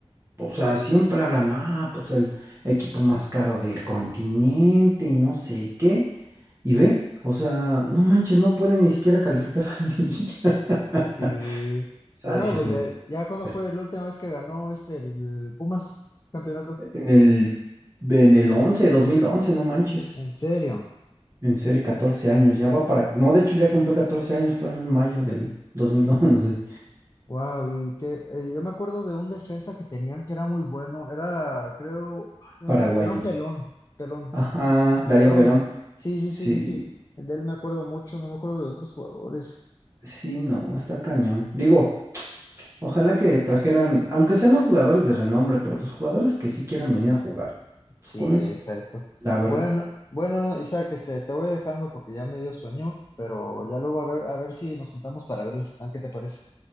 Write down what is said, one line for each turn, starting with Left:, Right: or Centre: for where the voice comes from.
Right: o sea, siempre hablan, ah, pues el equipo más caro del continente y no sé qué. Y ve, o sea, no manches, no pueden ni siquiera calificar a la liguilla. <laughs>
Left: Sí.
Right: O sea,
Left: No,
Right: dices,
Left: pues
Right: no,
Left: ya, ya cuando
Right: pues,
Left: fue la última vez que ganó este el Pumas campeonato.
Right: en el, en el once dos mil once no manches.
Left: En serio.
Right: En serio, 14 años, ya va para... No, de hecho ya cumplió 14 años, fue en un mayo del dos mil once
Left: Wow, y que eh, yo me acuerdo de un defensa que tenían que era muy bueno. Era, creo, ¿de
Right: paraguayo.
Left: dónde era Era un pelón, pelón,
Right: Ajá, Darío
Left: Verón.
Right: Verón,
Left: Sí, sí,
Right: sí,
Left: sí, sí, sí. El de él me acuerdo mucho, no me acuerdo de otros jugadores.
Right: Sí, no, está cañón. Digo, ojalá que trajeran, aunque sean no jugadores de renombre, pero pues jugadores que sí quieran venir a jugar. Pues
Left: Sí,
Right: con eso,
Left: exacto.
Right: la verdad.
Left: Bueno, bueno, Isaac, este, te voy dejando porque ya me dio sueño, pero ya luego a ver, a ver si nos juntamos para ver la final, ¿qué te parece?